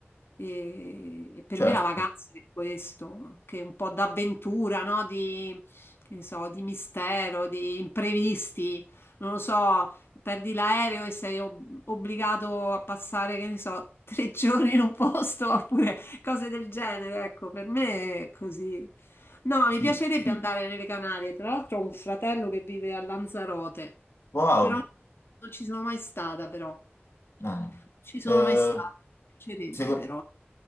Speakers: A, on the left (about 65°); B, on the left (about 80°).
A: E, e per
B: Certo,
A: me la vacanza è questo, che è un po' d'avventura, no? Di, che ne so, di mistero, di imprevisti. Non lo so, perdi l'aereo e sei ob- obbligato a passare, che ne so, tre <laughs> giorni in un posto oppure cose del genere. Ecco, per me è così. No, mi
B: sì.
A: piacerebbe andare nelle Canarie. Tra l'altro ho un fratello che vive a Lanzarote,
B: Wow.
A: però non ci sono mai stata, però. Non
B: Ah.
A: ci sono
B: Eh,
A: mai stata. Mi piacerebbe,
B: Secondo...
A: però.